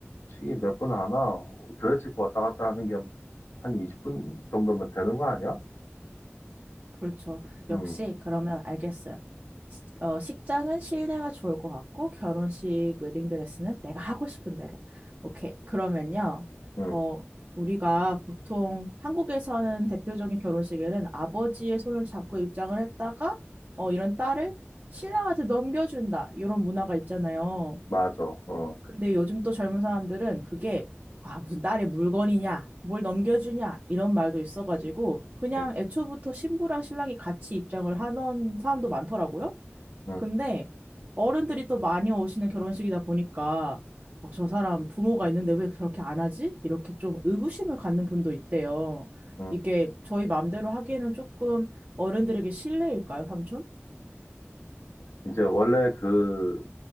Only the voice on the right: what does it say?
그렇죠.
역시 그러면 알겠어요. 시- 어, 식장은 실내가 좋을 것 같고 결혼식 웨딩드레스는 내가 하고 싶은 대로. 오케이. 그러면요.
어, 우리가 보통 한국에서 하는 대표적인 결혼식에는 아버지의 손을 잡고 입장을 했다가 어, 이런 딸을 신랑한테 넘겨준다. 이런 문화가 있잖아요.
근데 요즘 또 젊은 사람들은 그게 아, 무슨 딸의 물건이냐, 뭘 넘겨주냐, 이런 말도 있어가지고 그냥
애초부터 신부랑 신랑이 같이 입장을 하는 사람도 많더라고요.
근데 어른들이 또 많이 오시는 결혼식이다 보니까 어, 저 사람 부모가 있는데 왜 저렇게 안 하지? 이렇게 좀 의구심을 갖는 분도 있대요.
이게 저희 마음대로 하기에는 조금 어른들에게 실례일까요, 삼촌?